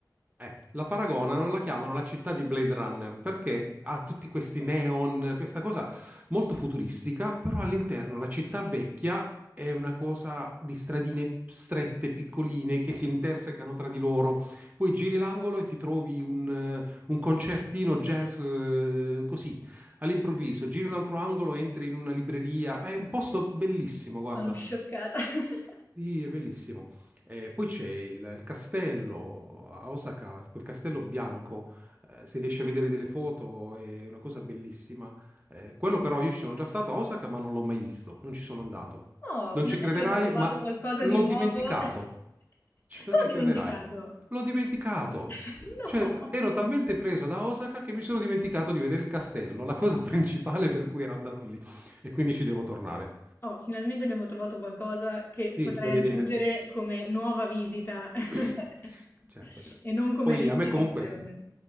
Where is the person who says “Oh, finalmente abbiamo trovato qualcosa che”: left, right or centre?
Left